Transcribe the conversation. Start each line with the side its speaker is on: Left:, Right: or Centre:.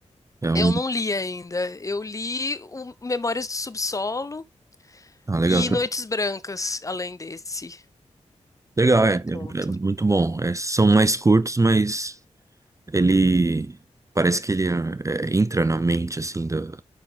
Right: É um.
Left: Eu não li ainda. Eu li o Memórias do Subsolo
Right: Ah, legal.
Left: E Noites Brancas, além desse,
Right: Legal,
Left: do,
Right: é.
Left: do
Right: É,
Left: conto.
Right: é muito bom. É, são mais curtos, mas. Ele parece que ele é, é, entra na mente assim do